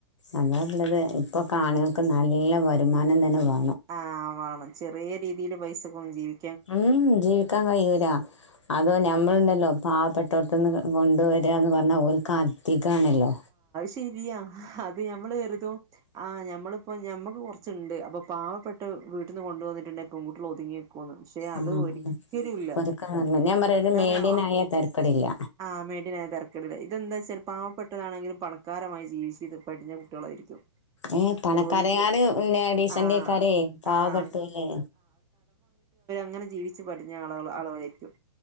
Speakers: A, on the left; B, on the right.
A: അതാള്ളത് ഇപ്പൊ കാണോക്ക് നല്ല ല്ല വരുമാനം തന്നെ വ
B: ആഹ് വേണം ചെറിയ രീതിയില് പൈസക്കെ ഒന്ന് ജീവി
A: ഉം ജീവിക്കാൻ കഴിയൂലാ അതോ ഞമ്മളുണ്ടല്ലോ പാവപെട്ടോടുത്തുനിന്ന് കൊണ്ട് വര്യന്ന് പറഞ്ഞാൽ ഓൽക്കാ ധികണലോ
B: ശെരിയ അത് ഞമ്മൾ കരുതും ആഹ് ഞമ്മളിപ്പോ ഞമ്മക്ക് കുറ ച്ച് ഉണ്ട് അപ്പോൾ പാവപ്പെട്ട വീട്ടിൽ നിന്ന് കൊണ്ട് വന്നിട്ടുണ്ട് പെൺകുട്ടികൾ ഒതുങ്ങി നിക്കുന്ന് പക്ഷെ അത്
A: ആഹ്
B: ഒരിക്കലുല്ല
A: ഒര്ക്കാണല്ലോ ഞാൻ പറയാ
B: എന്താ
A: ഒരു മീഡിയനായ
B: റിയാ
A: തരക്കടില്ല
B: ആഹ് മേടിയനായ തിരക്കെടില്ല ഇതെന്താച്ച പാവപ്പെട്ട എങ്കിൽ പണക്കാരമായി ജീവിച്ചിത് <unintelligible> കുട്ടികളായിരിക്കും
A: ഏഹ്
B: പക്ഷെ
A: പണക്കരെ
B: ഓൽക്ക്
A: കാൽ ഡീസന്റ
B: ആഹ്
A: കാര് പാവപ്പെട്ടരന്ന്
B: ആഹ് അങ്ങനെ ജീവി ച്ച് പഠിഞ്ഞ ആളുക ആളുകളായിരിക്കും